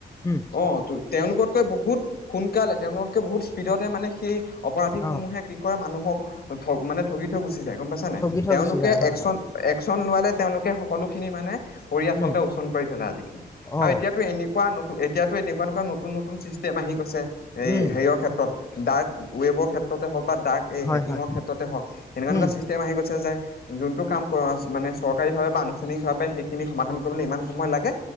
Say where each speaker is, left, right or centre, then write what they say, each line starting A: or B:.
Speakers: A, on the left (about 15°); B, on the left (about 55°).
A: উম
B: অ তেওঁলোকতকৈ বহুত সোনকালে তেওঁলোককে বহুত স্পীডতে মানে সেই অপৰাধীসমূহে
A: অ
B: কৰা মানুহক ঠগ মানে ঠগি থৈ গুচি যায় গম পাইছা নাই
A: ঠগি থৈ
B: তেওঁলোকে
A: গুচি যায় হয়
B: একচন
A: হয়
B: একচন লোৱালে তেওঁলোকে সকলোখিনি মানে কৰি আচলতে
A: উম
B: ওচন কৰি পেলাই আজি খালি আৰু
A: অ
B: এতিয়াতো এনে কুৱা নতু এতিয়াতো এনেকুৱা একুৱা নু নতুন চিষ্টেম আহি গৈছে এই
A: উম
B: হেৰিৰ ক্ষেত্ৰত ডাৰ্ক ৱেবৰ ক্ষেত্ৰতে হওক বা ডাৰ্ক এই
A: হয়
B: হেকিং
A: হয়
B: ক্ষেত্ৰ হওক এনেকুৱা একুৱা
A: উম
B: চিষ্টেম আহি গৈছে যে যোনটো কাম মানে চৰকাৰী ভাৱে বা আনুষ্ঠানিকভাৱে সেইখিনি সমাধান কৰিবলৈ ইমান সময় লাগে